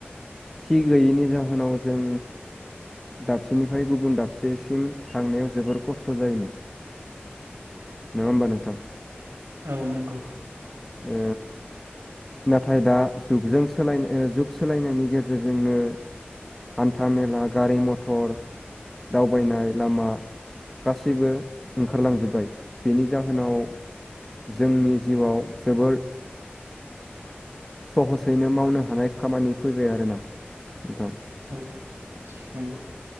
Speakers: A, in the centre; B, on the right (about 85°).
A: थि गैयैनि जाहोनाव जों दाबसेनिफ्राय गुबुन दाबसेसिम थांनायाव जोबोर खस्थ' जायोमोन नङा होमबा नोंथां?
B: औ नंगौ
A: ओ नाथाय दा जुगजों सोलाय ओ जुग सोलायनाय नि गेजेरजोंनो हान्था मेला गारि मथर दावबायनाय लामा गासैबो ओंखारलांजोबाय बेनि जाहोनाव जोंनि जिउआव जोबोर सहसैनो मावनो हानाय खामानि फैबाय आरोना नोंथां
B: औ नंगौ